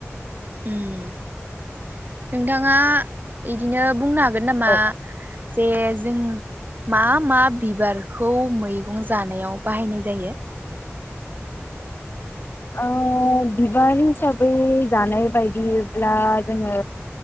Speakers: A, on the right; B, on the left.
A: उ नोंथाङा इदिनो बुंनो हागोन नामा
B: औ
A: जे जों मा मा बिबारखौ मैगं जानायाव बाहायनाय जायो
B: ओ बिबार हिसाबै जानाय बायदिब्ला जोङो